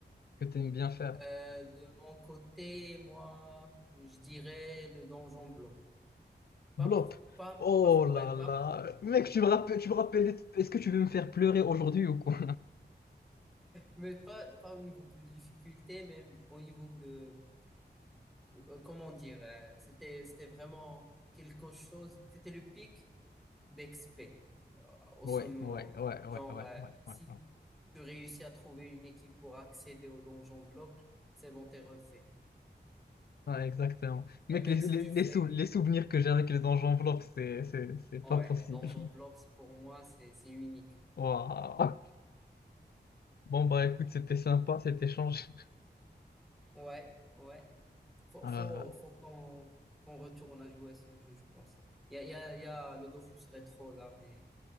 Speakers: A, on the left; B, in the centre.
A: que t'aimes bien faire?
B: Euh, de mon côté, moi, je dirais le donjon blob. Pas
A: Blop.
B: pour, pas,
A: Oh
B: par-
A: là
B: ouais, pas,
A: là. Mec, tu me rappelles, tu me rappelles, est-ce que tu veux me faire pleurer aujourd'hui ou quoi?
B: mais pas, pas au niveau de difficulté, mais au niveau de, cou- euh, comment dire, euh, c'était, c'était vraiment quelque chose. C'était le pic. d'expé euh, au
A: Ouais,
B: ce moment-là.
A: ouais, ouais,
B: Genre,
A: ouais, ouais, ouais,
B: euh,
A: ouais,
B: si
A: ouais.
B: tu réussis à trouver une équipe pour accéder au Donjon Blob, c'est bon, t'es refait.
A: Ouais, exactement. Mec,
B: Et même
A: les,
B: si
A: les,
B: tu
A: les,
B: fais...
A: sou- les souvenirs que j'ai avec les anges enveloppes, c'est, c'est, c'est pas
B: Ouais,
A: possible.
B: Donjon Blob, c'est- pour moi, c'est c'est unique.
A: <laughs> Waouh. Bon, bah écoute, c'était sympa cet échange.
B: Ouais, ouais. Faut,
A: Euh,
B: faut, faut qu'on qu'on retourne à jouer à ce jeu, je pense. Il y a, il y a, il y a le Dofus rétro, là, mais